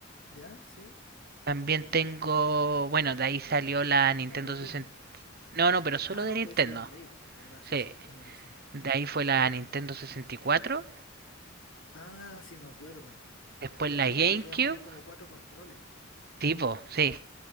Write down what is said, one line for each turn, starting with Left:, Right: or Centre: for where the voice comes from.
Left: ¿Ya? ¿Sí?
Right: También tengo, bueno, de ahí salió la Nintendo
Left: La Play
Right: 60.
Left: Uno
Right: No, no, pero solo
Left: Ah,
Right: de
Left: no,
Right: Nintendo.
Left: pues eso es la Play, ¿verdad? Sí,
Right: Sí,
Left: sí, tenías razón.
Right: de ahí fue la Nintendo 64,
Left: Ah, sí, me acuerdo.
Right: después la
Left: Esa
Right: GameCube.
Left: que se le podían poner como cuatro controles.
Right: Tipo, sí.